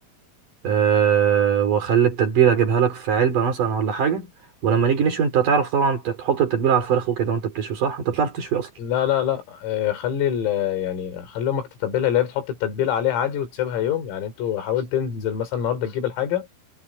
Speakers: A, on the right; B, on the left.
A: أه واخلي التتبيله اجيبها لك في علبه مثلا ولا حاجه ولما نيجي نشوي انت هتعرف طبعا ت- تحط التتبيله على الفراخ وكده وانت بتشوي صح انت بتعرف تشوي اصلا
B: لا لا لا آه، خلي ال يعني خلي امك تتبلها اللي هي بتحط التتبيله عليها عادي وتسيبها يوم يعني انتوا حاول تنزل مثلا النهارده تجيب الحاجه